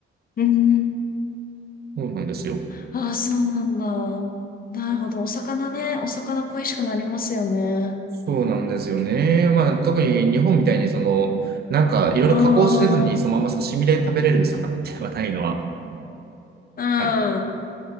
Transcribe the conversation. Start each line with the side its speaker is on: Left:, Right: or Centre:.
Left: うん。
Right: そうなんですよ。
Left: ああ、そうなんだ。なるほど。お魚ね。お魚恋しくなりますよね。
Right: そうなんですよね。まあ、特に日本みたいに、その、なんかいろいろ加工せずにそのまま刺身で食べれる魚ってはないのは。
Left: うーん。うん。
Right: はい。